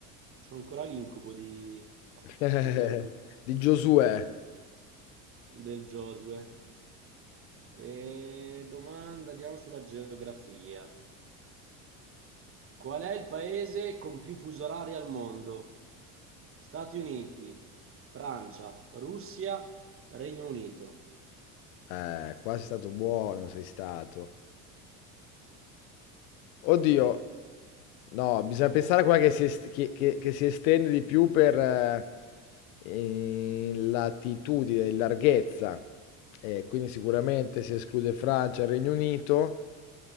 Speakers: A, on the right; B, on the left.
A: c'ho ancora l'incubo di,
B: <laughs>
A: di Carducci,
B: Di Giosuè.
A: del Josue. E domanda, andiamo sulla geografia. Qual è il paese con più fusi orari al mondo? Stati Uniti, Francia, Russia, Regno Unito.
B: Eh, qua sei stato buono, sei stato. Oddio, no, bisogna pensare a quella che si, est- che- che- che si estende di più per eh, in latitudine, in larghezza. Eh, quindi sicuramente si esclude Francia e Regno Unito